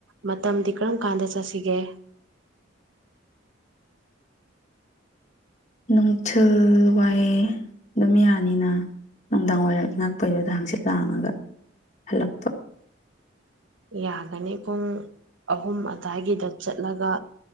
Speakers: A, on the right; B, on the left.
A: ꯃꯇꯝꯗꯤ ꯀꯔꯝ ꯀꯥꯟꯗ ꯆꯠꯁꯤꯒꯦ
B: ꯅꯨꯡꯊꯤꯜ ꯋꯥꯏ ꯑꯗꯨꯝ ꯌꯥꯅꯤꯅ ꯅꯨꯡꯗꯥꯡ ꯋꯥꯏꯔꯝ ꯏꯪꯉꯛꯄꯩꯗꯨꯗ ꯍꯥꯡꯆꯤꯠ ꯂꯥꯡꯉꯒ ꯍꯜꯂꯛꯄ
A: ꯌꯥꯒꯅꯤ ꯄꯨꯡ ꯑꯍꯨꯝ ꯑꯗꯨꯋꯥꯏꯒꯤꯗ ꯆꯠꯂꯒ